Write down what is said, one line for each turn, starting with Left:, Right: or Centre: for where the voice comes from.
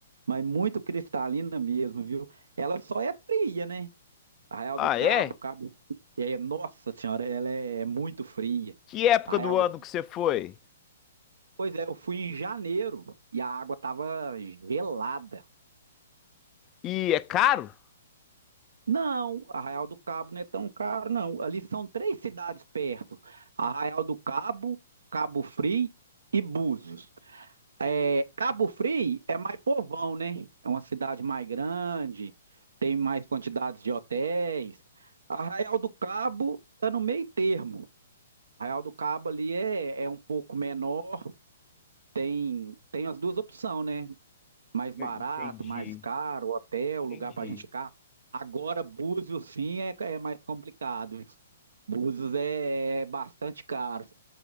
Right: mas muito cristalina mesmo, viu? Ela só é fria, né? Arraial
Left: Ah,
Right: do Cabo,
Left: é?
Right: Cabo. É, nossa senhora, ela é é muito fria.
Left: Que época
Right: Arraial
Left: do
Right: do
Left: ano que você foi?
Right: Pois é, eu fui em janeiro e a água tava gelada.
Left: E é caro?
Right: Não, Arraial do Cabo não é tão caro, não. Ali são três cidades perto: Arraial do Cabo, Cabo Frio e Búzios. É, Cabo Frio é mais povão, né? É uma cidade mais grande, tem mais quantidades de hotéis. Arraial do Cabo está no meio termo. Arraial do Cabo ali é, é um pouco menor, tem, tem as duas opções, né? mais barato,
Left: Eu Entendi,
Right: mais caro, hotel, lugar
Left: entendi.
Right: para a gente ficar. Agora, Búzios, sim, é, é mais complicado. Búzios é, é bastante caro.